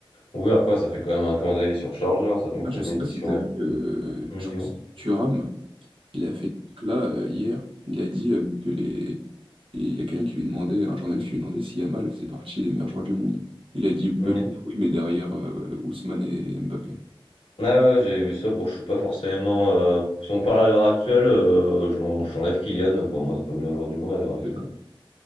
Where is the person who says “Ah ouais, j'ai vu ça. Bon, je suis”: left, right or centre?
Left